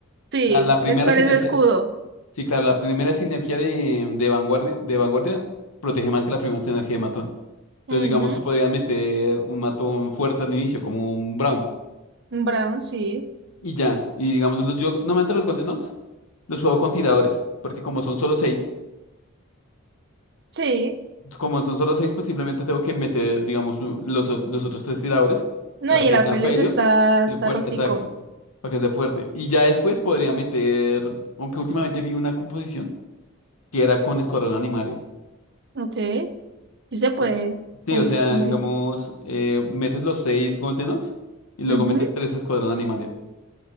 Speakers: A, on the right (about 50°); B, on the left (about 80°).
A: Sí,
B: O sea, la
A: es
B: primera
A: cuál
B: sinergia,
A: es escudo.
B: sí, claro, la primera sinergia de, de vanguardia, de vanguardia protege más que la primera sinergia de matón. Entonces,
A: Ujú.
B: digamos, tú podrías meter un matón fuerte al inicio, como un Brown,
A: Brown, sí.
B: y ya. Y digamos, los, yo normalmente los Golden Ox los juego con tiradores, porque como son solo seis,
A: Sí.
B: como son solo seis, pues simplemente tengo que meter, digamos, un- los, o- los otros tres tiradores
A: No,
B: para
A: y
B: que
A: el Afelios
B: me afelios.
A: está, está rotico.
B: Exacto, para que esté fuerte. Y ya después podría meter, aunque últimamente vi una composición que era con Escuadrón Animalia.
A: Ok. Sí se puede.
B: ¿no? Sí,
A: ¿Con,
B: o sea,
A: con
B: digamos,
A: quién?
B: eh, metes los seis Golden Ox y luego
A: Ujú.
B: metes tres Escuadrón Animalia.